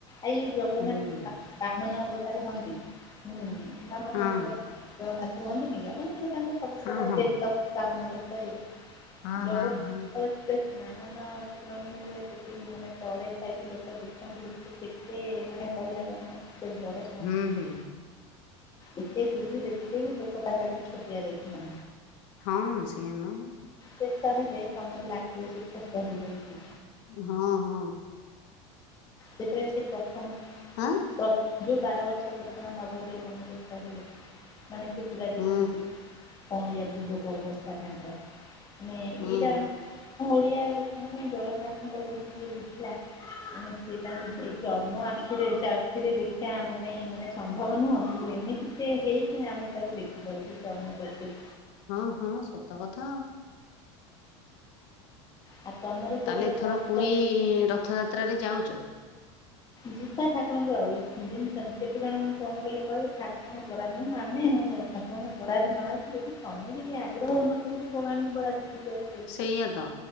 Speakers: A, on the left (about 25°); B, on the left (about 65°).
A: ଆଏଇ ଯୋଉ ଜଗନ୍ନାଥ
B: ହୁଁ।
A: <unintelligible> ବାମନ ଅବତାରେ ହୁଅନ୍ତି ହୁଁ ବାମନ
B: ହଁ
A: ଅବତାରେ ଜଗନ୍ନାଥ ହୁଅନ୍ତିନିକି ମାନେ ସେଟା ତାଙ୍କର ସବୁ
B: ହଁ
A: ପ୍ରକାର
B: ହଁ
A: ବ୍ୟସ୍ତ କାମନା ଦେଇପାରିବେ
B: ହଁ
A: ଜୋଗ
B: ହଁ ହଁ
A: <unintelligible> ମାନ ହୁଏ ସେଠି ମାନେ ତଳେ ଥାଇକି ଲୋକ ଦେଖନ୍ତି କେତେ ମାନେ କହିବା କଥା ନୁହ କେତେ ବଡ। <unintelligible>
B: ହୁଁ ହୁଁ।
A: ଏତେ ଦୂରରୁ ଦେଖିଲେବି ଲୋକ ତାଙ୍କ ଆଗରେ ଛୋଟିଆ ଦେଖାହବ।
B: ହଁ ସେଆ ନୁହେଁ।
A: ଚେକ୍ କରାହୁଏ ତମକୁ ଲାଗିବ ସେଛୋଟ ହେଇଯାଉଚି।
B: ହଁ ହଁ।
A: ଯେତେବେଳେ ସେ ପ୍ରଥମରୁ
B: ଆଁ
A: ପ୍ର ଯୋଉ ବାର ବର୍ଷ ପର୍ଯ୍ୟନ୍ତ ନବଦଉବନ ରୁପ ହୁଏ ମାନେ ସେ ପୁରା ଦେଖା
B: ହୁଁ
A: କରି କଅଁଳିଆ ଯୁବକ ଅବସ୍ଥା ତାଙ୍କର। ମାନେ
B: ହୁଁ
A: ଏଇଟା ଆମ ଓଡିଆ ଲୋକଙ୍କ ପାଇଁ ଜଗନ୍ନାଥଙ୍କର ଯଦି ଯିଏ ବୁଝିଲା ମାନେ ସେ କାତାଙ୍କୁ ଏଇ ଚର୍ମ ଆଖିରେ ସେଆଖିରେ ଦେଖିବା ଆମ ପାଇଁ ମାନେ ସମ୍ଭବ ନୁହଁ କିନ୍ତୁ ଏମିତି ସେ ହେଇକି ଆମେ ତାକୁ ଦେଖିପାରୁିବୁ ଚ୍ମଚତିରେ
B: ହଁ ହଁ ସତ କଥା।
A: ଆଉ ତମର ସେପଟେ
B: ତାହେଲେ ଏଥର
A: କଣ
B: ପୁରୀ ରଥଯାତ୍ରାରେ ଯାଉଛ?
A: ଜିତା ଠାକୁରଙ୍କର ଆଉ ଜି କେତେ ଜଣଙ୍କୁ ଫୋନ୍ କଲେ କହିବ ଠାକୁରଙ୍କ ଦରାମ ମାନେ ଆପଣଙ୍କ ବଡାରେ ନଆସିଲେ କିତମେ ଯଦି ଆଗ୍ରହ ନକର କିଭଗବାନଙ୍କୁ ବରାଦ କେମିତି ଆସ
B: ସେଇଆ ତ